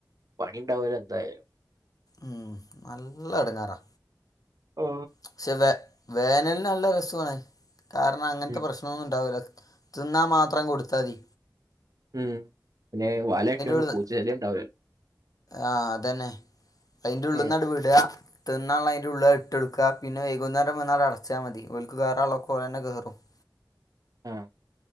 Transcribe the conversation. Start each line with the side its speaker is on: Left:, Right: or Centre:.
Right: പണി ഇണ്ടാവല്ലോ എന്തായാലും.
Left: ഉം, നല്ല എടുങ്ങാറാ.
Right: ആ
Left: പക്ഷെ വേ വേനൽന് നല്ല രസോണ്. കാരണം അങ്ങനത്തെ
Right: ഉം.
Left: പ്രശ്നൊന്നും ഇണ്ടാവൂല തിന്നാ മാത്രം കൊടുത്താതി.
Right: ഉം പിന്നെ വലയട്ടോണ്ട്
Left: ഉള്ളിൽ
Right: പൂച്ചചെലിം ഉണ്ടാവില്ലല്ലോ.
Left: ആഹ്, അതന്നെ. അയിന്റെ ഉള്ള്ന്നാണ്ട്വ്ടാ.
Right: ഉം.
Left: ത്ത്ന്നാളേള അഇന്റെ ഉള്ള്ലാൻഡ് ഇട്ടൊട്ക. പിന്നെ വൈകുന്നേരം വന്നാൻട് അടച്ചാ മതി. ഓൽക് കേറാള്ളൊക്കെ ഓലെന്നെ കേറും. <inaudible>
Right: ആഹ്,